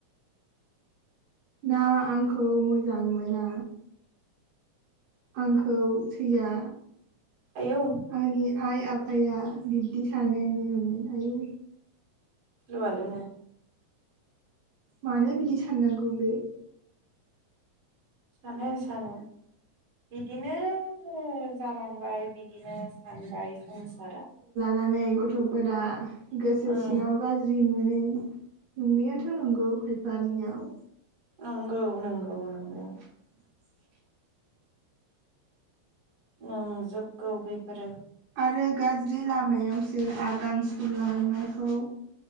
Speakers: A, on the right; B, on the right.
A: ना आंखौ मोजां मोना? आंखौ थैया
B: आयौ
A: आंनि आइ आफाया बिब्दि सानैनि हनै आयौ
B: लु आलु न
A: मानो बिदि साननांगौ बे
B: सानो सानो बिदिनो जालांबाय बिदिनो थन्दाइ संसारा
A: नानै गथ फोरा गोसो
B: उम
A: सिङाव गाज्रि मोन <unintelligible> नोंनियाथ नंगौ खायफानियाव
B: नंगौ नंगौ
A: <inaudible>
B: नंगौ नों जोबगौ बेफोरो
A: आरो गाज्रि लामायावसो आगान सुरलांनायखौ